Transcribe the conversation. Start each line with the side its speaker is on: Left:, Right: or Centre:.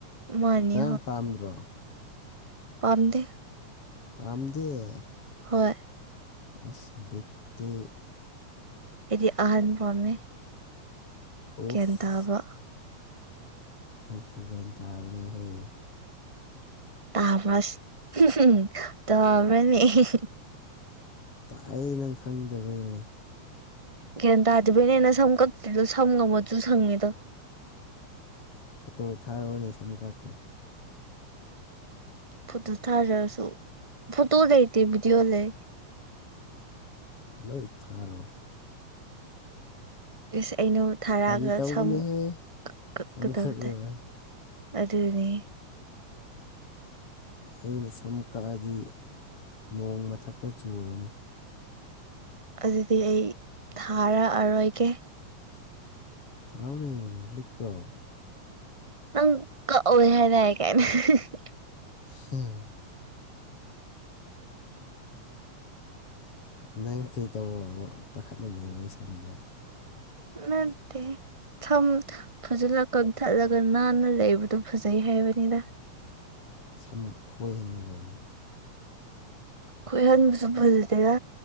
Right: ꯃꯥꯅꯤ
Left: ꯑꯉꯥꯡ ꯄꯥꯝꯗ꯭ꯔꯣ
Right: ꯄꯥꯝꯗ‌ꯦ
Left: ꯄꯥꯝꯗꯦ
Right: ꯍꯣꯏ
Left: ꯑꯁ ꯕꯤꯠꯇꯤ
Right: ꯑꯩꯗꯤ ꯑꯍꯟ ꯄꯥꯝꯃꯦ
Left: ꯎꯐ
Right: ꯒ꯭ꯌꯥꯟ ꯇꯥꯕ
Left: ꯑꯩꯁꯨꯨ ꯒ꯭ꯌꯥꯟ ꯇꯥꯕꯅꯤꯍ‌ꯦ
Right: ꯇꯕꯔ‌ꯣ ꯑꯁ ꯇꯕꯔ‌ꯣꯅ‌ꯦꯍ‌ꯦ
Left: ꯇꯥꯏꯌ‌ꯦ ꯅꯪ ꯈꯪꯗꯕꯩꯅꯦ
Right: ꯒꯌꯥꯟ ꯇꯥꯗꯕꯩꯅꯦ ꯅꯁꯝ ꯀꯛꯇ꯭ꯔꯤꯗꯣ ꯁꯝꯒ ꯃꯆꯨ ꯁꯪꯉꯤꯗꯣ
Left: ꯐꯣꯇꯣ ꯊꯥꯔꯛꯑꯣꯅꯦ ꯁꯝ ꯀꯛꯀꯦ
Right: ꯐꯣꯇꯣ ꯊꯥꯔꯁꯨ ꯐꯣꯇꯣ ꯂꯩꯇꯦ ꯚꯗꯤꯑꯣ ꯂꯩ
Left: ꯂꯣꯏ ꯊꯥꯔꯣ
Right: ꯑꯁ ꯑꯩꯅ ꯊꯥꯔꯛꯑꯒ
Left: ꯐꯥꯒꯤ ꯇꯧꯕꯅꯦꯍꯦ
Right: ꯁꯝ ꯀꯛꯀꯗꯕ
Left: ꯁꯝ ꯀꯛꯂꯣꯏ
Right: ꯇꯥꯏ ꯑꯗꯨꯅꯤ
Left: ꯑꯩꯅ ꯁꯝ ꯀꯛꯑꯗꯤ ꯅꯣꯡ ꯃꯊꯛꯇ ꯆꯨꯔꯅꯤ
Right: ꯑꯗꯨꯗꯤ ꯑꯩ ꯊꯥꯔꯛꯑꯔꯣꯏꯒꯦ
Left: ꯊꯥꯎꯅꯦ ꯂꯤꯛꯄ꯭ꯔꯣ
Right: ꯅꯪ ꯀꯛꯑꯣꯏ ꯍꯥꯏꯔ <unintelligible>
Left: <unintelligible> ꯅꯪ ꯀꯩꯗꯧꯕ ꯄꯥꯈꯠꯂ ꯂꯩꯕ ꯑꯩ ꯁꯝꯗꯣ
Right: ꯅꯠꯇꯦ ꯁꯝ ꯐꯖꯅ ꯀꯛꯊꯠꯂꯒ ꯅꯥꯟꯅ ꯂꯩꯕꯗꯨ ꯐꯖꯩ ꯍꯥꯏꯕꯅꯤꯗ
Left: ꯁꯃꯨꯛ ꯈꯣꯏꯍꯟꯒꯔꯝꯃꯤ
Right: ꯈꯣꯏꯍꯟꯕꯁꯨ ꯐꯖꯗꯦꯔ